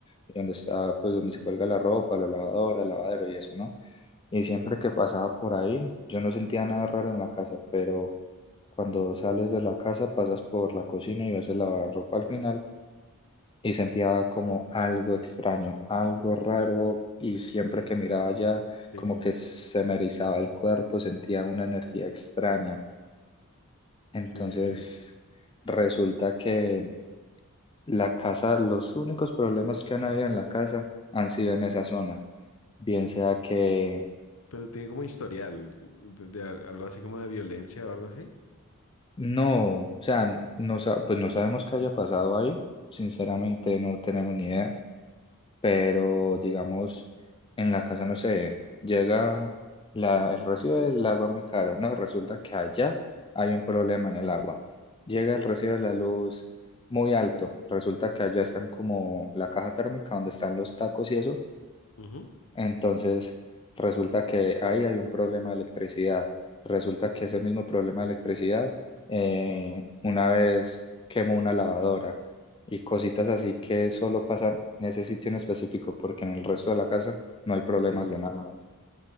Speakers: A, on the left; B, on the left.
A: y donde está, pues donde se cuelga la ropa, la lavadora, el lavadero y eso, ¿no? Y siempre que pasaba por ahí, yo no sentía nada raro en la casa, pero cuando sales de la casa, pasas por la cocina y ves el lavarropa al final y sentía como algo extraño, algo raro y siempre que miraba allá
B: sí.
A: como que se me erizaba el cuerpo, sentía una
B: Mm,
A: energía extraña. Entonces
B: Sí, sí, sí.
A: resulta que la casa, los únicos problemas que han habido en la casa han sido en esa zona, bien sea que
B: Pero tiene como historial de, de al- algo así como de violencia o algo así.
A: no, o sea, no, sa- pues no sabemos qué haya pasado ahí, sinceramente no tenemos ni idea pero digamos, en la casa, no sé, llega la, el recibo del agua muy caro, ¿no? Resulta que allá hay un problema en el agua. Llega el recibo de la luz muy alto, resulta que allá están como la caja térmica donde están los tacos y eso
B: Ujú.
A: entonces, resulta que ahí hay un problema de electricidad. Resulta que ese mismo problema de electricidad, eh, una vez quemó una lavadora y cositas así que solo pasan en ese sitio en específico, porque en el resto de la casa no hay problemas
B: Sí,
A: de nada.